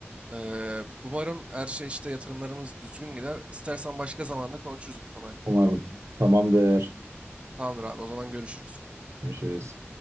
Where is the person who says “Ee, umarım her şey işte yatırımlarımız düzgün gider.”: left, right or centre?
Right